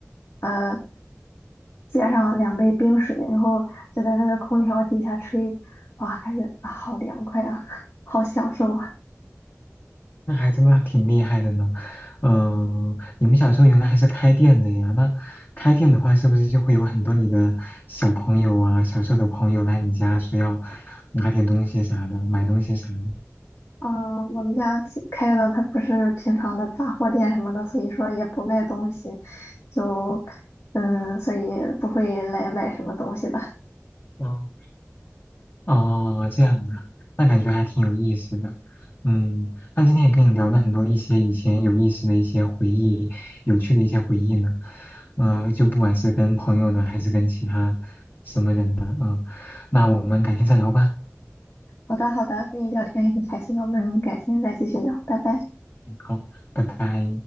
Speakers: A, on the left; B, on the left.
A: 呃。接上两杯冰水，然后就在那个空调底下吹，哇，感觉啊好凉快啊，<laughs> 好享受啊！
B: 那还真的挺厉害的呢。嗯，你们小时候原来还是开店的呀？那开店的话，是不是就会有很多你的小朋友啊、小时候的朋友来你家说要拿点东西啥的，买东西啥的？
A: 嗯，我们家其开的它不是平常的杂货店什么的，所以说也不卖东西，就嗯，所以不会来买什么东西的。
B: 哇哦，这样啊，那感觉还挺有意思的。嗯，那今天也跟你聊了很多一些以前有意思的一些回忆，有趣的一些回忆呢。呃，就不管是跟朋友的，还是跟其他什么人的，嗯，那我们改天再聊吧。
A: 好的，好的，跟你聊天也很开心，我们改天再继续聊，拜拜。
B: 嗯好，拜拜。